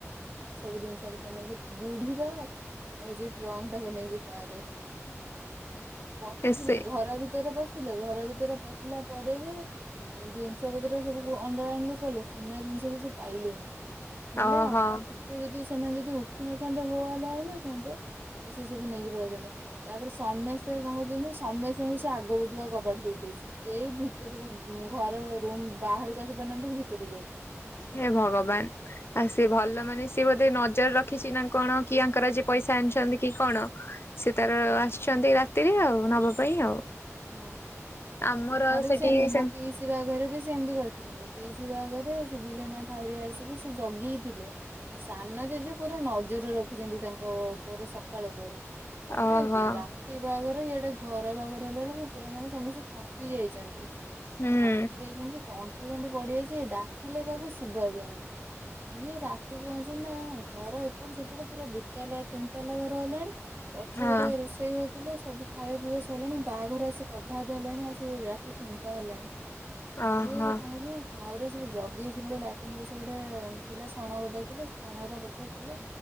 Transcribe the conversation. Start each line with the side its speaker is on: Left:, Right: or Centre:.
Right: ସବୁ ଜିନିଷ ପତର ନେଇକି ବୁଢୀର ହଉଚି ଟ୍ରଙ୍କଟାକୁ ନେଇକି କାରେ ପଶିଥିଲେ
Left: ସେ
Right: ଘର ଭିତରେ ପଶିଲେ ଘର ଭିତରେ ପଶିଲା ପରେ ବି ଜିନିଷ ପତ୍ର ସବୁକୁ ଅଣ୍ଡା ଆଣ୍ଡି କଲେ ସୁନା ଜିନିଷ କିଛି ପାଇଲେନି। ଥିଲା
Left: ଓହୋ
Right: ଆଉ ଟିକେ ଯଦି ସେମାନେ ଯଦି ଉଠି ନଥାନ୍ତେ ହୋ ହାଲା ହେଇନଥାନ୍ତେ ତ ସେ ସବୁ ନେଇକି ପଳେଇଥାନ୍ତେ। ତାପରେ ସମେସ୍ତେ କଣ କରିଛନ୍ତି ନା ସମେସ୍ତେଙ୍କୁ ସେ ଆଗ ପଟୁଆ କବାଟ ଦେଇ ଦେଇଛି। କେହି ଭିତରକୁ ଉମ ଘର ରୁମ୍ ବାହାରକୁ ଆସି ପାରୁନାହାନ୍ତି କି ଭିତରକୁ ଯାଇ ପାରୁନାହାନ୍ତି।
Left: ହେ ଭଗବାନ! ଆଉ ସିଏ ଭଲ ମାନେ ସିଏ ବୋଧେ ନଜର ରଖିଛି ନା କଣ କି ଆଙ୍କର ଆଜି ପଇସା ଆଣିଛନ୍ତି କି କଣ? ସେ ତାର ଆସିଛନ୍ତି ରାତିରେ ଆଉ ନବା ପାଇଁ ଆଉ
Right: ହଁ
Left: ଆମର
Right: ବି
Left: ସେଠି
Right: ସେମିତି
Left: ସେମି
Right: ମୋ ପିଈସୀ ବି ସେମତି କରିଥିଲେ ମୋ ପିଇସି ବାହାଘରେ ସେ ଦି ଜଣ ଠାଉରିଆ ଆସିକି ସେ ଜଗିକି ଥିଲେ ଯେ ମୋ ସାନ ଜେଜେ ପୁରା ନଜର ରଖିଛନ୍ତି ତାଙ୍କ ଉପରେ ସ ସକାଳ ପହରୁ ତାପରେ
Left: ଓହୋ
Right: ରାତି ବାହାଘର ଇଆଡେ ଘର ବାହାଘର ଦେଖିଲାବେଳକୁ ପୁରା ମାନେ ସମସ୍ତେ ଥକି ଯାଇଛନ୍ତି
Left: ହୁଁ
Right: ଥକି ଯାଇଛନ୍ତି ତଣ୍ଟି ଫଣ୍ଟି ପଡିଯାଇଛି ଡାକିଲେ କାହାକୁ ଶୁବା ଯାଉନି ସିଏ ରାତିକି ଅଛନ୍ତି ନା ଘର ଏପଟ ସେପଟ ପୁରା ଦି ତାଲା ତିନି ତାଲା ଘର ହେଲାଣି ପଛ
Left: ହଁ
Right: ପଟେ ରୋଷେଇ ହଉଥିଲା ସବୁ ଖାଇବା ପିଇବା ସଇଲାଣି ବାହାଘର ଆସିକି ଅଧା ଅଧା ହେଲାଣି ଆସି ରାତି ତିନିଟା ହେଲାଣି
Left: ଓହୋ।
Right: ସିଏ କଣ କରିଛିନା ପା ଥାଉ ରେ ସବୁ ଜଗେଇଥିଲେ ଲାଟିନ୍ ପଛ ପଟେ ଆଉ ଥିଲା ଛଣଗଦା ଥିଲେ ଛଣଗଦା ପଛରେ ଥିଲେ